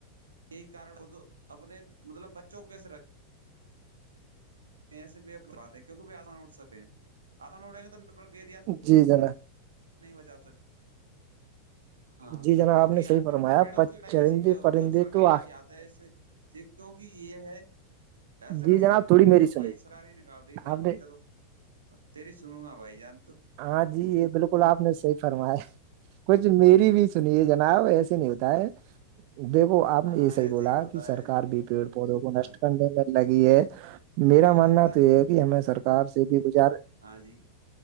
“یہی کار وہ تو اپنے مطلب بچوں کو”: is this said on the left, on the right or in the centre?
Right